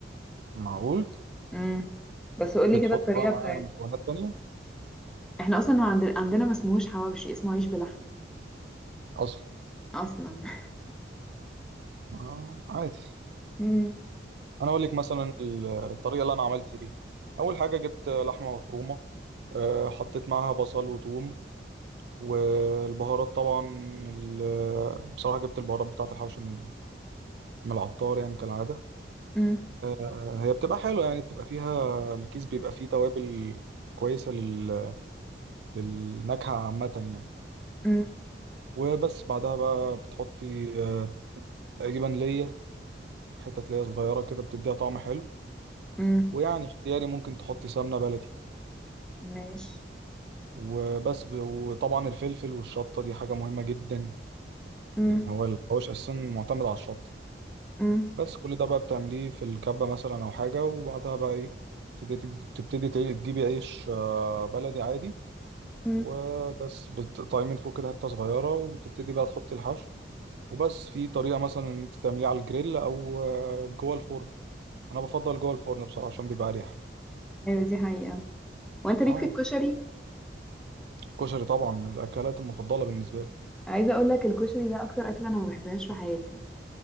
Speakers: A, on the right (about 65°); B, in the centre.
A: معقول
B: امم بس قولي
A: بتحط
B: كده الطريقة
A: بقى معاه
B: بتاعتكم
A: مكونات تانية
B: احنا اصلا ما عندنا عندنا ما اسمهوش حواوشي اسمه عيش بلحمة
A: اصلا
B: اصلا <laughs>
A: آه عادي
B: امم
A: انا اقول لك مثلا ال- الطريقه اللي انا عملت بيها اول حاجه جبت لحمه مفرومه آه، حطيت معاها بصل وثوم والبهارات طبعا ال- بصراحه جبت البهارات بتاعه الحوشه من من العطار يعني كالعاده
B: امم
A: آه، هي بتبقى حلوه يعني بتبقى فيها الكيس بيبقى فيه توابل كويسه لل... للنكهه عامه يعني
B: امم
A: وبس بعدها بقى بتحطي آه، تقريبا ليا حتة ليا صغيرة كده بتديها طعم حلو
B: امم
A: ويعني اختياري ممكن تحطي سمنة بلدي
B: ماشي
A: وبس ب- وطبعا الفلفل والشطة دي حاجة مهمة جدا
B: امم
A: يعني هو الحواوش أساسا معتمد على الشطة
B: امم
A: بس كل ده بقى بتعمليه في الكبة مثلا أو حاجة وبعدها بقى إيه تبتدي تبتدي تع- تجيبي عيش آه، بلدي عادي
B: امم
A: وبس بتقطعيه من فوق كده حتة صغيرة وتبتدي بقى تحطي الحشو وبس في طريقة مثلا إن أنت تعمليه على الجريل أو آه، جوه الفرن أنا بفضل جوه الفرن بصراحة عشان بيبقى أريح
B: ايوه دي حقيقة وانت ليك
A: أه
B: في الكشري
A: الكشري طبعا من الأكلات المفضلة بالنسبة لي
B: عايزة اقول لك الكشري ده اكتر اكلة انا ما بحبهاش في حياتي